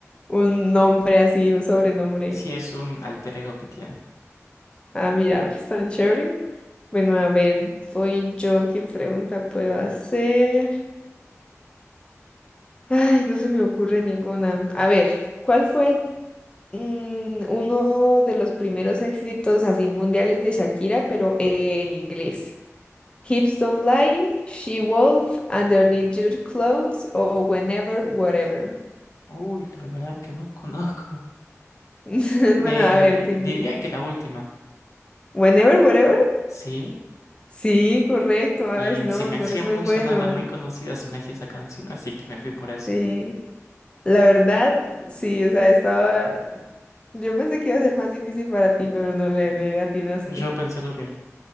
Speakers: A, on the left; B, on the left.
A: un nombre así, un sobrenombre.
B: Sí, es un alter ego que tiene.
A: Ah, mira, pues, tan chévere. Bueno, a ver, soy yo, ¿qué pregunta puedo hacer? Ay, no se me ocurre ninguna. A ver, ¿cuál fue mm, uno de los primeros éxitos así mundiales de Shakira, pero en inglés? Hips don't lie, she wolf, underneath your clothes, o whenever, whatever.
B: Uy, la verdad es que no conozco.
A: <laughs>
B: Me
A: Bueno, a ver, ti-
B: diría que la última.
A: whenever, whatever.
B: Sí,
A: Sí, correcto,
B: bien,
A: Ash, no,
B: se me
A: tú
B: hacía
A: eres
B: muy
A: muy bueno.
B: sonada, muy conocida, se me hacía esa canción, así que me fui por esa.
A: Sí, la verdad, sí, o sea, estaba. Yo pensé que iba a ser más difícil para ti, pero no le, le atinaste.
B: Yo pensé lo mismo.